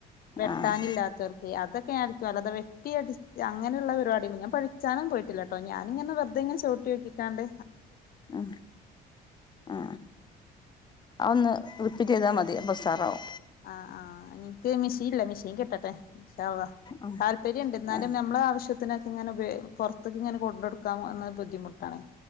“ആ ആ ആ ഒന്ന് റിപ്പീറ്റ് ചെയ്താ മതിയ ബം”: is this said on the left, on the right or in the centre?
Left